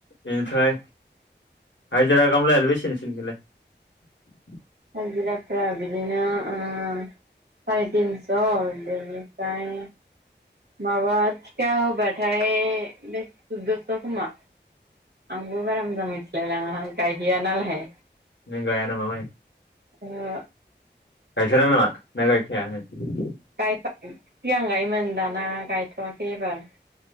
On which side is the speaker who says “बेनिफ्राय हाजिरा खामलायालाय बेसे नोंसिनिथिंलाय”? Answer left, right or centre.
Left